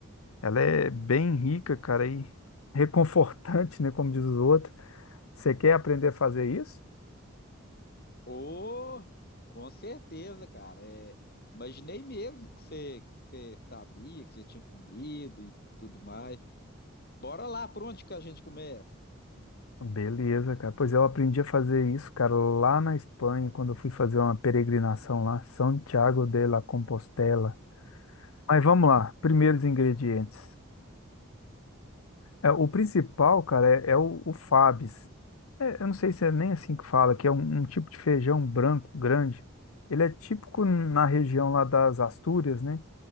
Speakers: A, on the left; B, on the left.
A: Ela é bem rica, cara, e reconfortante, né? Como diz os outros. Você quer aprender a fazer isso?
B: Oh, com certeza, cara. É, imaginei mesmo que você, que você sabia, que você tinha comido e tudo mais. Bora lá, por onde que a gente começa?
A: Beleza, cara. Pois é, eu aprendi a fazer isso, cara, lá na Espanha, quando eu fui fazer uma peregrinação lá, Santiago de la Compostela. Mas vamos lá, primeiros ingredientes. É, o principal, cara, é, é o, o Fabs. É, eu não sei se é nem assim que fala, que é um, um tipo de feijão branco grande. Ele é típico na região lá das Astúrias, né?